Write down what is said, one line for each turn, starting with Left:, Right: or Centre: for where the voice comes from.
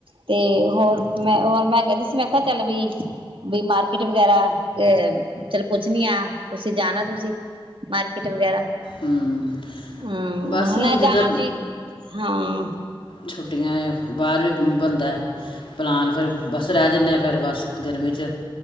Right: ਤੇ ਹੋਰ ਮੈਂ ਹੋਰ ਮੈਂ ਕਹਿੰਦੀ ਸੀ ਮੈਂ ਕਿਹਾ ਚੱਲ ਵੀ ਬਈ ਮਾਰਕੀਟ ਵਗੈਰਾ ਕਿ ਚਲ ਪੁੱਛਣੀ ਆ ਤੁਸੀਂ ਜਾਣਾ ਤੁਸੀਂ? ਮਾਰਕੀਟ ਵਗੈਰਾ
Left: ਹੂੰ
Right: ਹਾਂ
Left: ਬਸ ਹੁਣ ਜਦੋਂ
Right: ਜਾ ਹਾਂ।
Left: ਛੁੱਟੀਆਂ ਹੈ ਬਾਹਰ ਵੀ ਬਣਦਾ ਪਲਾਨ ਫਿਰ ਬਸ ਰਹਿ ਜਾਂਦੇ ਹ ਫਿਰ ਬਸ ਗਰਮੀ ਚ।